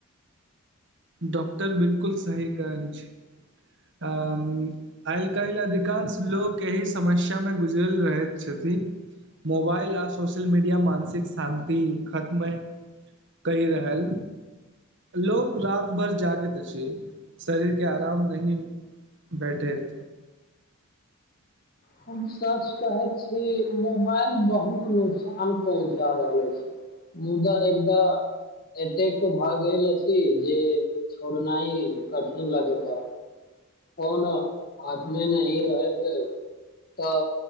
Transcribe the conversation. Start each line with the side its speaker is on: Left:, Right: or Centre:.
Right: डॉक्टर बिल्कुल सही कहल छै अ आइ काल्हि अधिकांश लोक एहि समस्यामे गुजरल रहैत छथिन मोबाइल आ सोशल मीडिया मानसिक शान्ति खत्म कहि रहल लोक रात भर जागैत अछि। शरीर के आराम। <unintelligible> बैठैत।
Left: हम सच कहैत छी मोबाइल बहुत नुकसान पहुँचा रहल अछि मुदा एकदा एतेक भए गेल अछि जे छोड़ना ह कठिन लगैत ह। फोन हाथमे नहि रहैत तऽ